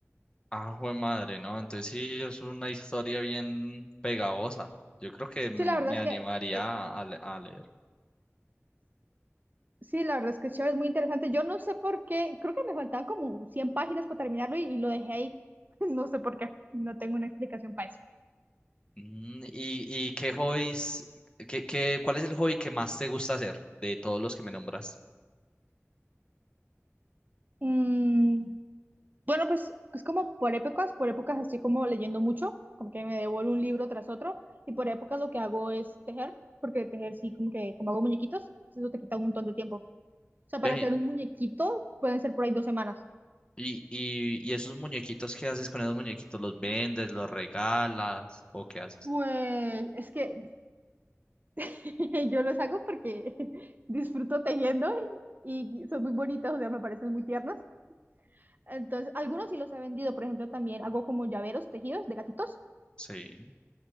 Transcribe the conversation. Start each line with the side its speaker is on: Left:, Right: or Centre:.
Left: Ah, jue madre, ¿no? Entonces sí es una historia bien pegajosa. Yo creo que me,
Right: Sí, la
Left: me
Right: verdad es
Left: animaría
Right: que eh,
Left: a, le- a leer.
Right: Sí, la verdad es que es chévere, es muy interesante. Yo no sé por qué, creo que me faltaban como 100 páginas para terminarlo y, y lo dejé ahí. <laughs> No sé por qué, no tengo una explicación para eso.
Left: Mm, ¿Y, y qué hobbies, qué, qué, cuál es el hobby que más te gusta hacer de todos los que me nombras?
Right: Mm, bueno, pues es como por épocas, por épocas estoy como leyendo mucho, como que me devoro un libro tras otro y por épocas lo que hago es tejer, porque tejer sí, como que como hago muñequitos, eso te quita un montón de tiempo. O sea, para
Left: Ve,
Right: hacer un muñequito pueden ser por ahí dos semanas.
Left: y, y, y esos muñequitos, ¿qué haces con esos muñequitos? ¿Los vendes, los regalas o qué haces?
Right: Pues es que <laughs> Yo los hago porque <laughs> disfruto tejiendo y son muy bonitos, o sea, me parecen muy tiernos. Entonces, algunos sí los he vendido, por ejemplo, también hago como llaveros tejidos de gatitos,
Left: Sí.